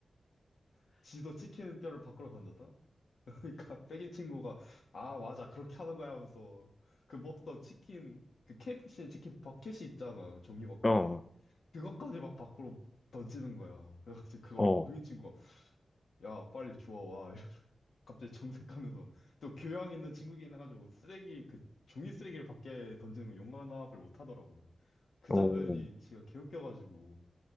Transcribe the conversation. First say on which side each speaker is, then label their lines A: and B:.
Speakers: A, on the left; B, on the left.
A: <laughs> 지도 치킨 뼈를 밖으로 던졌다? <laughs> 그러니까 백인 친구가 아 맞아 그렇게 하는 거야 하면서 그 먹던 치킨 그 KFC 치킨 버켓이 있잖아 종이 버켓
B: 어,
A: 그것까지 막 밖으로 던지는 거야. 그래가지고 그거
B: 어,
A: 보고 흑인 친구가 야 빨리 주워 와 갑자기 정색하면서 <laughs> 또 교양 있는 친구긴 해가지고 쓰레기 그 종이 쓰레기를 밖에 던지는 거 용납을 못 하더라고. 그
B: 어,
A: 장면이 진짜 개웃겨가지고